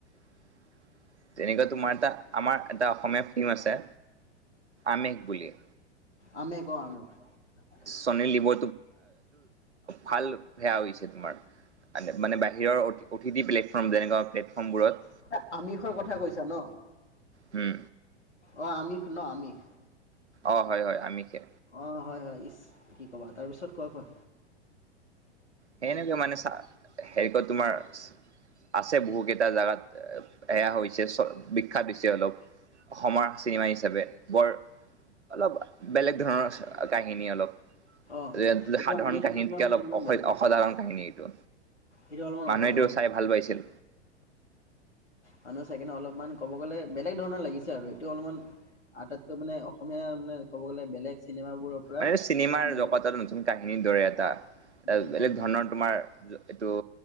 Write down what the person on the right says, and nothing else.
<inaudible> তেনেকুৱা তোমাৰ এটা আমাৰ এটা অসমীয়া ফিল্ম আছে আমেষ বুলি।
চনীৰ লিবো ভাল সেয়া হৈছে তোমাৰ। মানে বাহিৰৰ অ অতি টি প্লেটফৰ্ম যেনেকুৱা প্লেটফৰ্মবোৰত।
হম।
অ, হয় হয় আমিষে।
সেনেকৈ মানে চ হেৰি ক তোমাৰ আছে বহু কেইটা জেগাত এয়া হৈছে চ বিখ্যাত দিছে অলপ। অসমৰ চিনেমা হিচাপে বৰ অলপ বেলেগ ধৰণৰ কাহিনী অলপ।
যে
সাধাৰণ
কাহিনীতকে
অলপ
অসভ্য
অসাধাৰণ
কাহিনী এইটো
মানুহ
এইটো চাই ভাল পাইছিল।
মানে চিনেমাৰ
জগতত নতুন কাহিনীৰ দৰে এটা এ
বেলেগ
ধৰণৰ
তোমাৰ এইটো